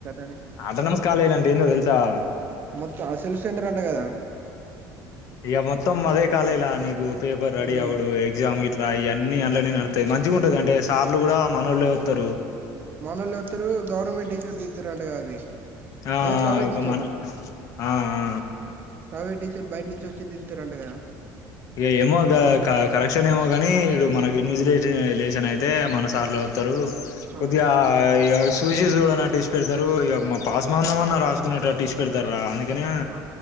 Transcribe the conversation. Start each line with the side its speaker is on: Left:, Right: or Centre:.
Right: అని
Left: ఆటోనమస్ కాలేజీలు అంటే ఏందో తెలుసా
Right: మొత్త ఆ సెల్ఫ్ సెంటర్ అంటా కదా.
Left: ఇగ మొత్తం అదే కాలేజిలా నీకు పేపర్ రెడీ
Right: ఉమ్,
Left: అవుడు ఎక్సాము గిట్లా అయ్య అన్ని అన్లనే నడతాయి మంచిగా ఉంటది అంటే సార్లు కూడా మనోళ్లే వత్తరు.
Right: మనోళ్లే వత్తరు గవర్నమెంట్ టీచర్స్ దిద్దుతరు అంటగా అవి
Left: ఆ
Right: అదే ప్రైవేట్
Left: ఆ ఒక
Right: టీచర్లు
Left: మన ఆ ఆ
Right: ప్రైవేట్ టీచర్ బయట నుంచి వచ్చిదిదుతారంట కదా.
Left: ఇగ ఏమో గా క కరెక్షన్ ఏమోగానీ ఇడు మనకి ఇన్విజిలేష లేషన్ అయితే మన సార్లే వత్తరు. కొద్దిగ
Right: ఆహా
Left: ఇగ సూసి సుడ నట్టు పెడతారు ఇగ పాస్ మాందమన్న రాసుకునేట ట్టు ఇడిసి పెడతారు అందుకనే
Right: ఆ